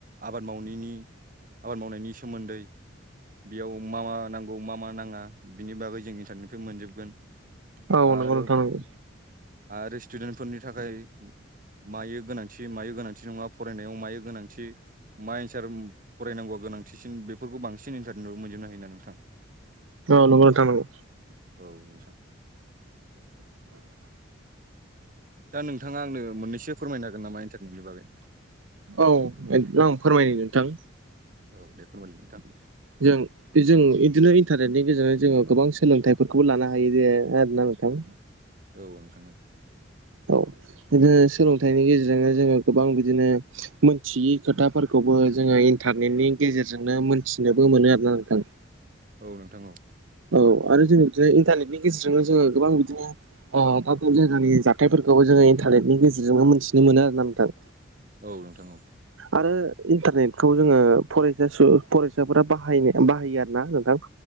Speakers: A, on the right; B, on the right.
A: आबाद मावनायनि आबाद मावनायनि सोमोन्दै बेयाव मा मा नांगौ मा मा नाङा बिनि बागै जों मोनजोबगोन
B: औ
A: आरो
B: नंगौ नोंथां नंगौ
A: फ आरो स्टुडेन्टफोरनि थाखाय मायो गोनांथि मायो, गोनांथि नङा, फरायनायाव मायो गोनांथि, मा एन्सार फरायनांगौआ गोनां थिसिन बेफोरखौ बांसिन इन्टारनेट मोनजोबनो हायोना नोंथां।
B: औ नंगौ नोंथां नंगौ
A: औ नोंथां। दा नोंथाङा आंनो मोननैसो फोरमायनो हागोन नामा इन्टारनेटनि बागै
B: औ आं फोरमायनो नोंथां।
A: औ दे फोरमायलाय नोंथां।
B: जों जों इदिनो इन्टारनेटनि गेजेरजों जोङो गोबां सोलोंथाइ फोरखौ लानो हायो जे आरोना नोंथां।
A: औ नोंथां औ।
B: औ। सोलोंथाइनि गेजेरजोंनो जोङो गोबां बिदिनो मोनथियै खोथाफोरखौबो जोङो इन टारनेटनि गेजेरजोंनो मोनथिनोबो मोनो आरोना नोंथां।
A: औ नोंथां औ।
B: औ आरो जोङो बिदिनो इन्टारनेटनि गेजेरजोंनो जोङो गोबां बिदिनो दाब दाब जायगानि जाथायफोर खौबो जोङो इन्टारनेटनि गेजेरजोंनो मोन्थिनो मोनो आरोना नोंथां।
A: औ नोंथां औ।
B: आरो इन्टारनेटखौ जोङो फरायसा सु फरायसाफोरा बाहायो आरोना नोंथां।